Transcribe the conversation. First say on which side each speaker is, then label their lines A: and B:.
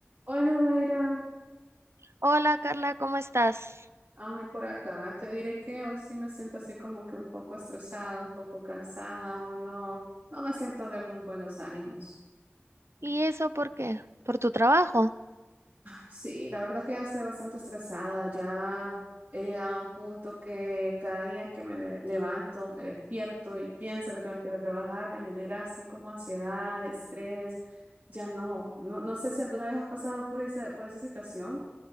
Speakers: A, on the right (about 35°); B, on the right (about 75°).
A: Hola, Daira.
B: Hola Carla, ¿cómo estás?
A: Ay, por acá. Te diré que hoy sí me siento así como que un poco estresada, un poco cansada. Hoy no, no me siento de muy buenos ánimos.
B: ¿Y eso por qué? ¿Por tu trabajo?
A: Sí, la verdad es que ya estoy bastante estresada. Ya he llegado a un punto que cada día que me le- levanto, me despierto y pienso que tengo que ir a trabajar, me genera así como ansiedad, estrés. Ya no, no, no sé si alguna vez has pasado por esa, por esa situación.